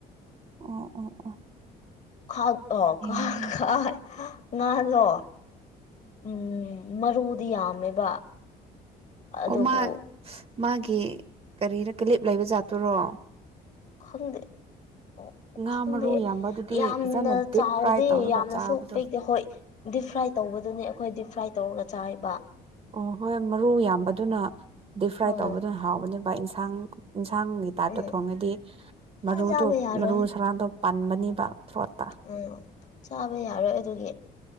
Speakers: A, on the right (about 35°); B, on the left (about 45°).
A: ꯑꯣ ꯑꯣ ꯑꯣ
B: ꯈꯥꯛ ꯑꯣ ꯈ
A: ꯌꯥꯏꯅꯦ
B: ꯈꯥꯏ ꯉꯥꯗꯣ ꯎꯝ ꯃꯔꯨꯗꯤ ꯌꯥꯝꯃꯦꯕ ꯑꯗꯨꯕꯨ
A: ꯑꯣ ꯃꯥ ꯃꯥꯒꯤ ꯀꯔꯤꯅ ꯀꯤꯂꯤꯞ ꯂꯩꯕ ꯖꯠꯇꯣꯔꯣ
B: ꯈꯪꯗꯦ ꯑꯣ
A: ꯉꯥ
B: ꯈꯪꯗꯦ
A: ꯃꯔꯨ ꯌꯥꯝꯕꯗꯨꯗꯤ
B: ꯌꯥꯝꯅ
A: ꯐꯖꯅ ꯗꯤꯞ
B: ꯆꯥꯎꯗꯦ
A: ꯐ꯭ꯔꯥꯏ ꯇꯧꯔꯒ
B: ꯌꯥꯝꯅꯁꯨ
A: ꯆꯥꯕꯗꯣ
B: ꯄꯤꯑꯦ ꯍꯣꯏ꯫ ꯗꯤꯞ ꯐ꯭ꯔꯥꯏ ꯇꯧꯕꯗꯨꯅꯦ ꯑꯩꯈꯣꯏ ꯗꯤꯞ ꯐ꯭ꯔꯥꯏ ꯇꯧꯔꯒ ꯆꯥꯑꯕ꯫
A: ꯑꯣ ꯍꯣꯏ ꯃꯔꯨ ꯌꯥꯝꯕꯗꯨꯅ ꯗꯤꯞ ꯐ꯭ꯔꯥꯏ
B: ꯍꯣꯏ
A: ꯇꯧꯕꯗꯨꯅ
B: ꯍꯣꯏ
A: ꯍꯥꯎꯕꯅꯦꯕ ꯏꯟꯁꯥꯡ ꯏꯟꯁꯥꯡꯒꯤ ꯇꯥꯏꯞꯇ
B: ꯎꯝ
A: ꯊꯣꯡꯉꯦꯗꯤ ꯃꯔꯨꯗꯣ
B: ꯑ ꯆꯥꯕ ꯌꯥꯔꯣꯏ
A: ꯃꯔꯨ ꯁꯔꯥꯟꯗꯣ ꯄꯟꯕꯅꯤꯕ ꯊ꯭ꯔꯣꯠꯇ꯫
B: ꯎꯝ ꯆꯥꯕ ꯌꯥꯔꯣꯏ ꯑꯗꯨꯒꯤ